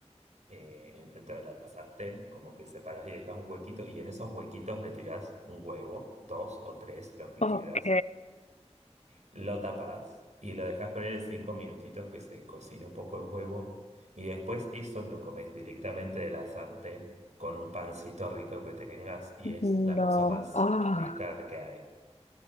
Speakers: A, on the right; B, on the left.
A: eh, en- dentro de la sartén, como que separás y dejas un huequito y en esos huequitos le tirás un huevo, dos o tres, los que
B: Ok,
A: quieras, lo tapás y lo dejas poner cinco minutitos que se cocine un poco el huevo y después eso lo comes directamente de la sartén con un pancito rico que tengas y es
B: no.
A: la cosa más
B: Ah,
A: rica que hay.